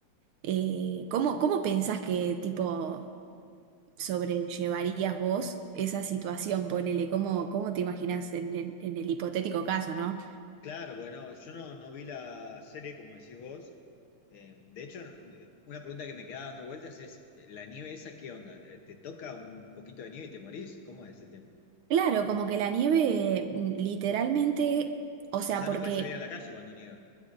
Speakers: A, on the right; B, on the left.
A: eh, cómo, cómo pensás que tipo sobrellevarías vos esa situación? Ponele, ¿cómo, cómo te imaginás en, en en el hipotético caso, ¿no?
B: claro, bueno, yo no, no vi la serie como decís vos. Eh, de hecho, eh, una pregunta que me queda dando vueltas es, eh, ¿la nieve esa qué onda? ¿Te, te toca un poquito de nieve y te morís? ¿Cómo es el tema?
A: Claro, como que la nieve eh, mm, literalmente, o sea,
B: O sea,
A: porque,
B: no puedes salir a la calle cuando nieva.